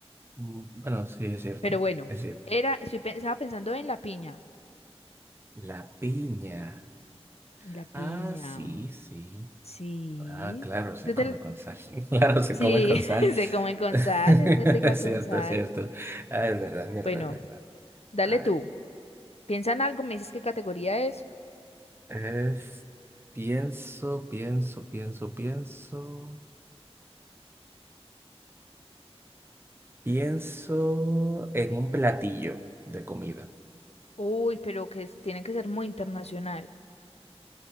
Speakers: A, on the right; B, on the left.
A: Mm, Bueno, sí, es cierto.
B: Pero bueno,
A: Es cierto.
B: era, estoy, pe- estaba pensando en la piña.
A: La piña.
B: La piña.
A: Ah, sí, sí.
B: Sí.
A: Ah, claro, se
B: ¿No te
A: come
B: la-
A: con sal. <laughs> Claro, se
B: Sí,
A: come con
B: <laughs>
A: sal.
B: se come con
A: <laughs>
B: sal,
A: Es
B: es muy rica con
A: cierto,
B: sal.
A: es cierto. Ah, es verdad, es verdad,
B: Bueno,
A: es verdad.
B: dale
A: A ver,
B: tú. Piensa en algo, me dices qué categoría es.
A: es... Pienso, pienso, pienso, pienso. Pienso en un platillo de comida.
B: Uy, pero que es- tiene que ser muy internacional